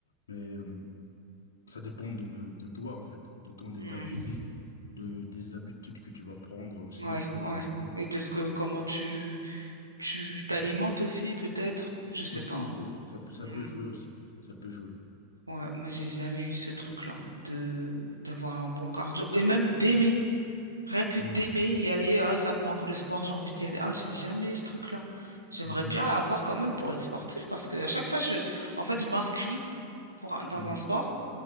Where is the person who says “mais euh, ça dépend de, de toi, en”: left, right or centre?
Left